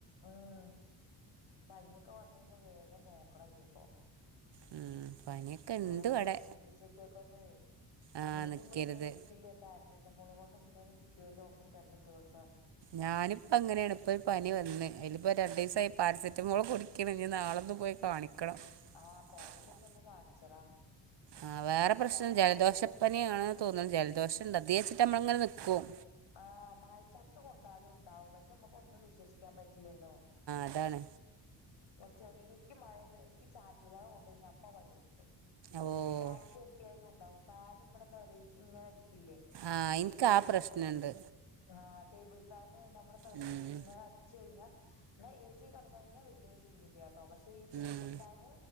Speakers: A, on the left; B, on the right.
A: ആഹ് പനിയൊക്കെ വന്ന് കഴിഞ്ഞാ വേഗം നോക്കണം ഇഞ്ഞ്പ്പോ
B: ഉം പനിയൊക്കെ
A: നമ്മളെ
B: ഇണ്ട്
A: സ്വയം
B: ഇവിടെ
A: ചികിത്സക്കൊക്കെ ഒന്നെയ്
B: ആഹ്
A: ഇല്ലെങ്കി
B: നിക്കരുത്
A: നമ്മള് ഇങ്ങനെ ഇരിക്കില്ല പാരസെറ്റമോളും കൊണ്ട് ഇങ്ങനെ ഇരിക് ജല ഒന്നും രണ്ടും ദിവസാണ്
B: ഞാനിപ്പങ്ങനെണ് ഇപ്പൊ ഒരു പനി വന്ന് അയ്ല് പ്പെ രണ്ടീസായി പാരസെറ്റമോൾ കുടിക്ക്ണ് ഇഞ്ഞ് നാളെന്ന് പോയി കാണിക്കണം
A: ആഹ് കൊറവില്ലെങ്കി
B: ക്കണം
A: ഒന്ന് കാണിച്ചെടാ
B: ആഹ് വേറെ പ്രശ്നം
A: കാരണം
B: ജലദോഷപ്പനി
A: അത്
B: ആണ്ന്ന് തോന്നുന്നത് ജലദോഷ ഇണ്ട് അത <unintelligible> ച്ച റ്റമ്മങ്ങള്ങ്ങനെ നിക്കും
A: ആഹ് മഴച്ചാട്ടിൽ കൊണ്ടാലും ഉണ്ടാവും പക്ഷെ നമ്മക്ക് ഒന്നും വിശ്വസിക്കാൻ പറ്റില്ലല്ലോ
B: ഇതാണ്
A: ചെറിയക്ക് മഴക്ക് ചാറ്റൽ കൊണ്ട് കഴിഞ്ഞാ അപ്പോ പനി പിടി ക്കും
B: ഓഹ്
A: കാറ്റ് തട്ടിയാലു ഉണ്ടാവും ഫാനമ്മുടെ നെറുകക്കിങ്ങനടി കില്ലെ
B: ആഹ് എനിക്ക്
A: ഈ
B: ആ പ്രശ്നമുണ്ട്
A: മറ്റേ ആ ടേബിൾ ഫാന് നമ്മുടെ നിറക്കിങ്ങനടിച്ച്
B: ഉം
A: കഴിഞ്ഞാ എന്നാ എ സിയിൽ കിടന്ന് കഴിഞ്ഞാ വല്ല്യ സീനില്ല കേ ട്ടോ പക്ഷെ ഈ ടേബിൾ
B: ഉം
A: ഫാൻ